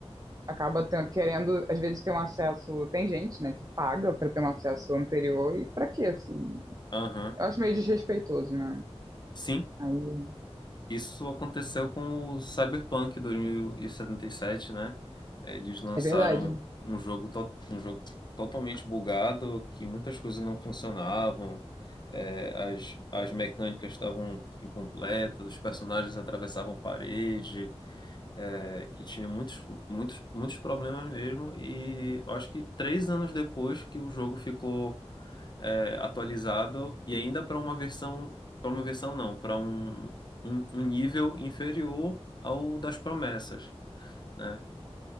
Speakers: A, on the right; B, on the left.
A: acaba ten- querendo, às vezes, ter um acesso, tem gente, né, que paga pra ter um acesso anterior, e pra quê, assim?
B: Aham.
A: Eu acho meio desrespeitoso, né?
B: Sim,
A: Aí,
B: isso aconteceu com o Cyberpunk dois mil e e setenta e sete né? Eles lançaram
A: é verdade.
B: um jogo, to- um jogo totalmente bugado, que muitas coisas não funcionavam, é, as, as mecânicas estavam incompletas, os personagens atravessavam parede, é, que tinha muitos, muitos, muitos problemas mesmo. E eu acho que três anos depois que o jogo ficou é, atualizado e ainda para uma versão, para uma versão não, para um, um, um nível inferior ao das promessas, né?